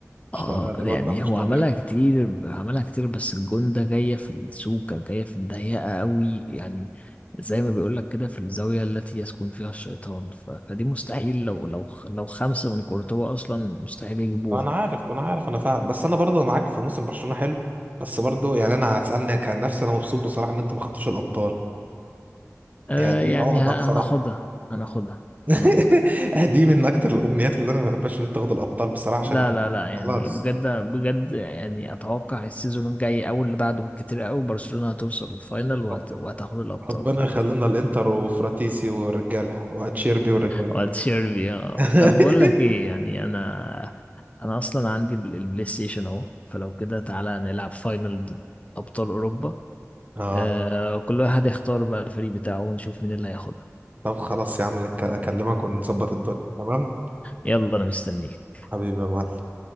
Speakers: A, on the left (about 25°); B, on the right (about 30°).
A: اه
B: مش طالع لا
A: يعني
B: الواد ده مش
A: هو
B: طبيعي
A: عملها كتير عملها كتير بس الجون ده جاية في السوكة جاية في الضيقة قوي يعني زي ما بيقولك كده في الزاوية التي يسكن فيها الشيطان ف... فدي مستحيل لو لو لو خمسة من كورتوا أصلا مستحيل يجيبوها
B: انا عارف انا عارف انا فاهم بس انا برضه معاك في موسم برشلونه حلو بس برضه يعني انا هتسالني كان نفسي انا مبسوط بصراحه ان انتوا ما خدتوش الابطال
A: آه
B: يعني دي
A: يعني
B: عقده
A: ه-
B: بصراحه
A: هناخدها هناخدها
B: <laughs>
A: هناخدها
B: دي من اكتر الامنيات اللي انا ما بحبهاش ان انت تاخد الابطال بصراحه عشان
A: لا لا لا يعني
B: خلاص
A: بجد بجد يعني أتوقع السيزون الجاي أو اللي بعده بالكتير قوي برشلونة هتوصل الفاينل وهت...
B: رب-
A: وهتاخد الأبطال
B: ربنا يخلينا الانتر وفراتيسي والرجاله واتشيربي والرجاله
A: واتشير بيها
B: <laughs>
A: طب بقول لك ايه يعني انا انا اصلا عندي ال- البلاي ستيشن اهو فلو كده تعالى نلعب فاينل ضد ابطال اوروبا
B: اه
A: آه كل واحد يختار بقى الفريق بتاعه ونشوف مين اللي هياخدها
B: طب خلاص يا عم نك- اكلمك ونظبط الدنيا تمام
A: يلا انا مستنيك
B: حبيبي يا معلم